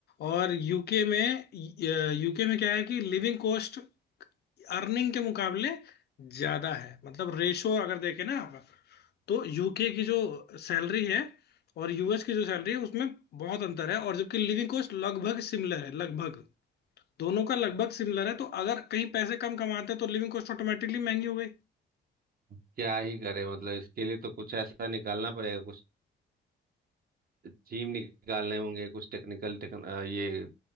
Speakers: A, on the left; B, on the right.
A: और यूके में यूके में क्या है कि लिविंग कॉस्ट अर्निंग के मुकाबले ज्यादा है मतलब रेशो अगर देखें ना आप तो यूके की जो सैलरी है और यूएस की जो सैलरी है उसमें बहुत अंतर है और जबकि लिविंग कॉस्ट लगभग सिमिलर है लगभग दोनों का लगभग सिमिलर है तो अगर कहीं पैसे कम कमाते हैं तो लिविंग कॉस्ट ऑटोमेटिकली महंगी हो गई
B: क्या ही करे मतलब इसके लिए तो कुछ ऐसा निकालना पड़ेगा कुछ थीम निकालने होंगे कुछ टेक्निकल टेक, अ, ये